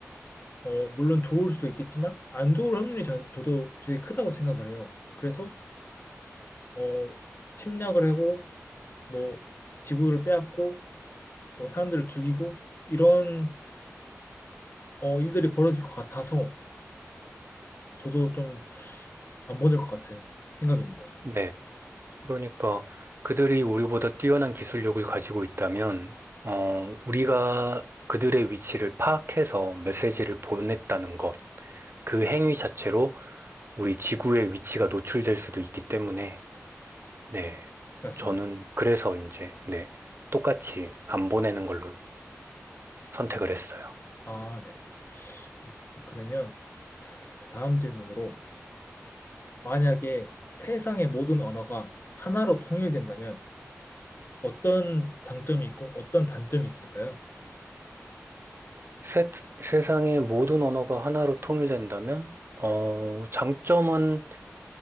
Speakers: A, on the left; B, on the right.
A: 어, 물론 좋을 수도 있겠지만 안 좋을 확률이 저, 저도 되게 크다고 생각을 해요. 그래서 어, 침략을 하고 뭐 지구를 빼앗고 뭐 사람들을 죽이고 이런 어, 일들이 벌어질 것 같아서 저도 좀 안 보낼 것 같은 생각입니다.
B: 네. 그러니까 그들이 우리보다 뛰어난 기술력을 가지고 있다면, 어, 우리가 그들의 위치를 파악해서 메시지를 보냈다는 것, 그 행위 자체로 우리 지구의 위치가 노출될 수도 있기 때문에, 네.
A: 맞습니다.
B: 저는 그래서 이제, 네. 똑같이 안 보내는 걸로 선택을 했어요.
A: 아, 네. 알겠습니다. 그러면 그 다음 질문으로 만약에 세상의 모든 언어가 하나로 통일된다면 어떤 장점이 있고 어떤 단점이 있을까요?
B: 세, 세상의 모든 언어가 하나로 통일된다면, 어, 장점은,